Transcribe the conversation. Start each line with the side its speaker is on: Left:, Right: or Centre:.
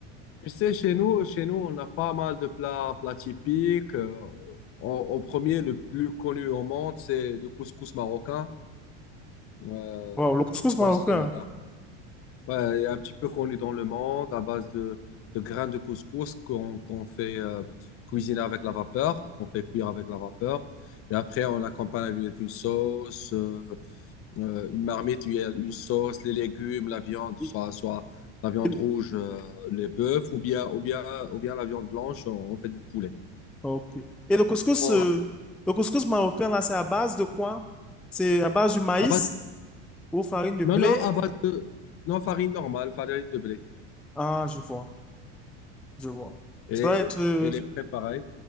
Left: Tu sais, chez nous, chez nous, on a pas mal de plats, plats typiques. Euh, en, en premier, le plus connu au monde, c'est le couscous marocain. Euh,
Centre: Wow, le couscous
Left: je pense,
Centre: marocain.
Left: euh, ouais, il est un petit peu connu dans le monde à base de, de grains de couscous qu'on qu'on fait euh, cuisiner avec la vapeur, qu'on fait cuire avec la vapeur. Et après, on l'accompagne avec une sauce. euh, euh, une marmite, il y a une sauce, les légumes, la viande, soit,
Centre: Et
Left: soit la viande
Centre: le
Left: rouge, euh, les bœufs, ou bien, ou bien, ou bien la viande blanche, on, on fait du poulet.
Centre: ok. Et
Left: On,
Centre: le couscous,
Left: on
Centre: euh,
Left: ra-
Centre: le couscous marocain, là, c'est à base de quoi? C'est à base du maïs
Left: à base-
Centre: ou farine de blé?
Left: non, non, à base de non, farine normale, farine de blé.
Centre: Ah, je vois, je vois.
Left: Et,
Centre: Ça doit être, euh,
Left: et les préparer.